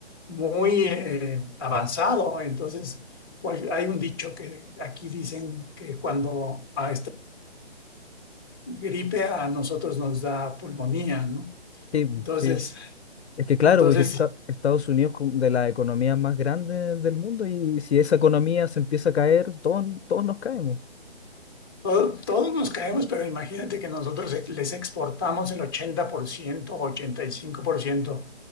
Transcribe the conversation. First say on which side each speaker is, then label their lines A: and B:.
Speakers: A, on the left (about 20°); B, on the left (about 75°).
A: muy eh, avanzado. Entonces, cual- hay un dicho que aquí dicen que cuando a gripe a nosotros nos da pulmonía, ¿no?
B: Sí,
A: Entonces,
B: sí. Es que claro,
A: entonces
B: porque esta- Estados Unidos es como de las economías más grandes del mundo y si esa economía se empieza a caer, todos, todos nos caemos.
A: todo- todos nos caemos, pero imagínate que nosotros les exportamos el 80%, 85%